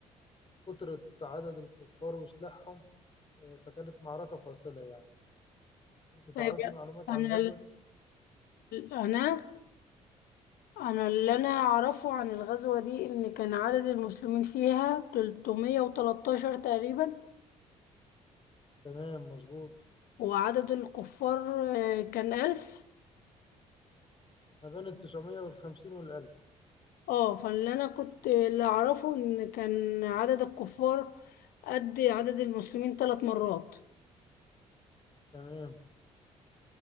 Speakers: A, on the left; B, on the left.
A: كثرة عدد الكفار وسلاحهم آه، فكانت معركة فاصلة يعني أنت تعرفي
B: طيب
A: معلومات
B: انا
A: عن الغزوة
B: ال-
A: دي؟
B: انا انا اللي انا اعرفه عن الغزوه دي ان كان عدد المسلمين فيها 313 تقريبا
A: تمام مظبوط
B: وعدد الكفار آه، كان 1000
A: ما بين التسعمية والخمسين والألف
B: اه فاللي انا كنت اللي اعرفه ان كان عدد الكفار قد عدد المسلمين ثلاث مرات
A: تمام